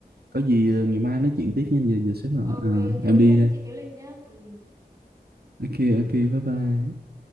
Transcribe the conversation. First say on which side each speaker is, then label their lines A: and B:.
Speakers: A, on the right (about 75°); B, on the right (about 20°).
A: có gì
B: <laughs>
A: ờ, ngày mai nói chuyện tiếp nha giờ giờ sếp gọi
B: ok
A: à,
B: nhớ
A: em đi
B: xem
A: đây
B: cho chị cái lịch nhá ừ
A: ok ok bye bye